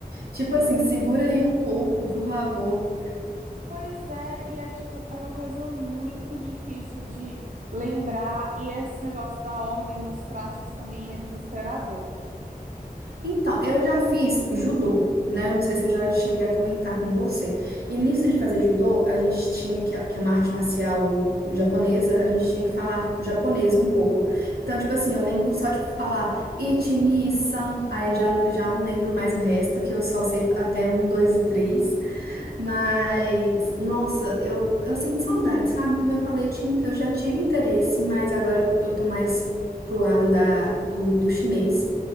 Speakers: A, on the right; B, on the right.
A: Tipo assim, segura aí um pouco, por favor.
B: Pois é, e é tipo, é uma coisa muito difícil de lembrar, e esse negócio da ordem dos traços também é desesperador.
A: Então, eu já fiz judô, né? Eu não sei se eu já cheguei a comentar com você. E nisso de fazer judô, a gente tinha que, que é uma arte marcial japonesa, a gente tinha que falar japonês um pouco. Então, tipo assim, eu lembro só de falar ichi, ni, san, aí eu já, já não lembro mais o resto, que eu só sei até um, dois e três. Mas, nossa, eu, eu sinto saudade, sabe? Como eu falei, eu, tinha- eu já tive interesse, mas agora eu, eu tô mais pro lado da, do, do chinês.